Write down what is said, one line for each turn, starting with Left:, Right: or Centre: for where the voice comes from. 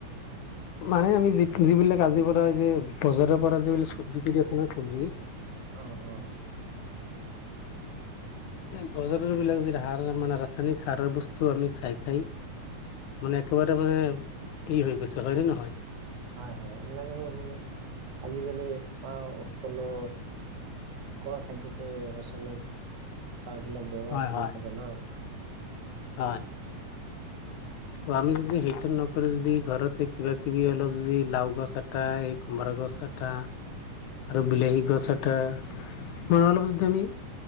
Left: মানে আমি যি যিবিলাক আজিৰ পৰা, এই যে বজাৰৰ পৰা যিবিলাক চব্জি কৰি আছে না চব্জি
Right: অ', অ', <unintelligible>
Left: এই বজাৰৰ বিলাক যি সাৰ মানে ৰাসায়নিক সাৰৰ বস্তু আমি খাই খাই। মানে একেবাৰে মানে কি হৈ গৈছে হয়নে নহয়।
Right: হয়, হয় এইবিলাক মানে আজিকালি পা সকলো খোৱা খাদ্যতে ৰাসায়নিক। সাৰ বিলাক ব্যৱহাৰ
Left: হয়
Right: কৰি
Left: হয়
Right: থাকে না।
Left: হয়। ত, আমি যদি সেইটো নকৰি, যদি ঘৰতে কিবা কিবি অলপ যদি লাও গছ এটা এ কোমোৰা গছ এটা আৰু বিলাহী গছ এটা লগাব তুমি